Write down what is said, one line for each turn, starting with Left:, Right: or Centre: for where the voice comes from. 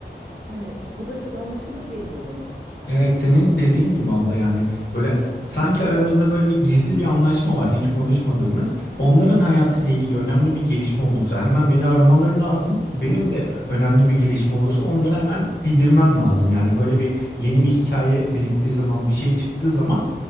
Right: Hani bu da çok anlaşılır geliyor bana.
Left: Evet senin dediğin gibi abla yani böyle sanki aramızda böyle bir gizli bir anlaşma var hiç konuşmadığımız. Onların hayatıyla ilgili önemli bir gelişme olursa hemen beni aramaları lazım. Benim de önemli bir gelişme olursa onları hemen bildirmem lazım. Yani böyle bir yeni bir hikaye biriktiği zaman bir şey çıktığı zaman